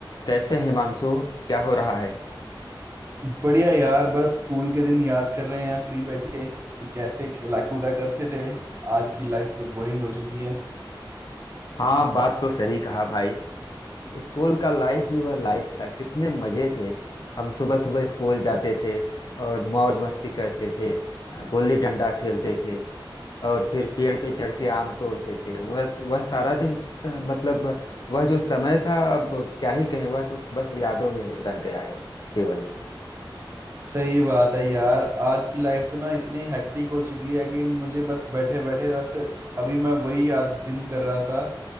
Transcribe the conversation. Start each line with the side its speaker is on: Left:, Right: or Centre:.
Left: कैसे हिमांशु क्या हो रहा है
Right: बढ़िया यार बस स्कूल के दिन याद कर रहे हैं फ्री बैठे कि कैसे खेला कूदा करते थे आज की लाइफ तो बोरिंग हो चुकी है
Left: हाँ बात तो सही कहा भाई स्कूल का लाइफ भी वह लाइफ था कितने मजे थे हम सुबह सुबह स्कूल जाते थे और मौज मस्ती करते थे गोली डंडा खेलते थे और फिर पेड़ पे चढ़ के आम तोड़ते थे वह वह सारा दिन त- मतलब वह जो समय था अब क्या ही कहें वह तो बस यादों में रह गया है केवल
Right: सही बात है यार आज की लाइफ तो ना इतनी हेक्टिक हो चुकी है कि मुझे बस बैठे बैठे बस अभी मैं वही याद दिन कर रहा था